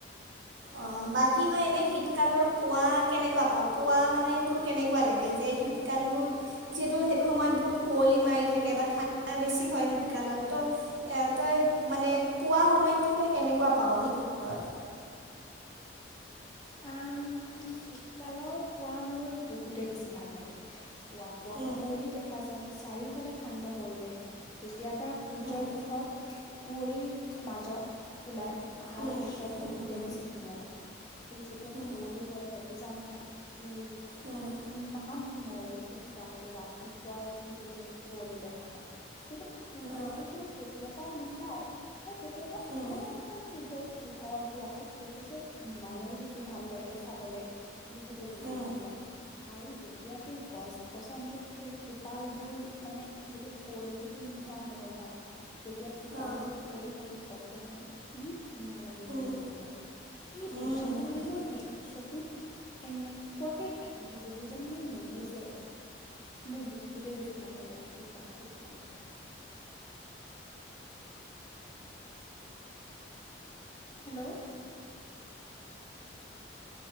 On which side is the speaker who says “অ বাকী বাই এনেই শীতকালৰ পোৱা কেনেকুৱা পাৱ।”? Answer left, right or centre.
Right